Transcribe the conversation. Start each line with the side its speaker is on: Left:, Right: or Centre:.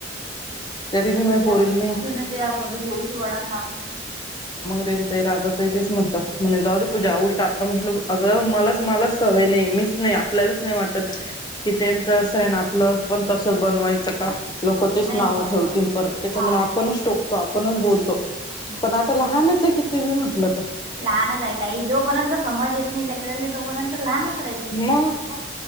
Left: तरी बी
Right: तुन
Left: माझ्या
Right: त <unintelligible>
Left: पोरीला मी
Right: तु न तूया पोरीले किती वळून लावलं म्हणे.
Left: तेन ते राधा ताई तेच म्हणतात म्हणे जाऊ दे पूजा उलट आपण घेऊन अग मलाच मलाच. सवय नही मीस नही आपल्यास नही वाटत की त्यांच अस हे न आपाल पण तस बनवायचं का लोक तेच
Right: नाही
Left: नावं
Right: नाही
Left: ठेवतील
Right: हा
Left: परत त्याच्यामुळे
Right: हा
Left: आपणच टोकतो आपणच बोलतो
Right: हा हा
Left: पण आता लहानच आहे किती बी म्हटल तर.
Right: लहानच आहे ताई जोपर्यंत समज येत नाही लेकरांनले तोपर्यंत लहानच ले त
Left: मग